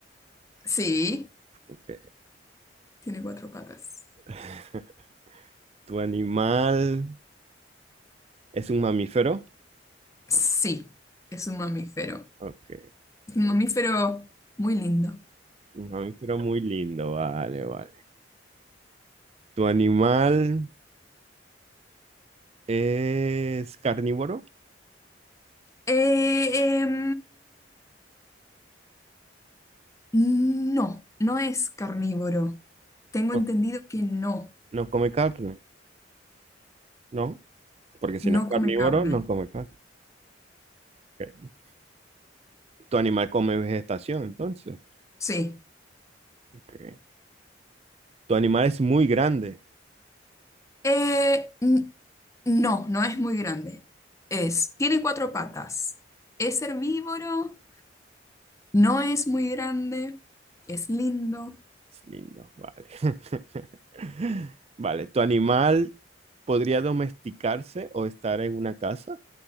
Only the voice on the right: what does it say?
Ok.
<laughs> ¿Tu animal es un mamífero?
Ok.
Un mamífero muy lindo, vale, vale. ¿Tu animal es carnívoro?
No,
no come carne, ¿no? Porque si no
es carnívoro,
no come carne. Ok. ¿Tu animal come vegetación, entonces?
Ok. ¿Tu animal es muy grande?
Es lindo, vale. <laughs> Vale, ¿tu animal podría domesticarse o estar en una casa?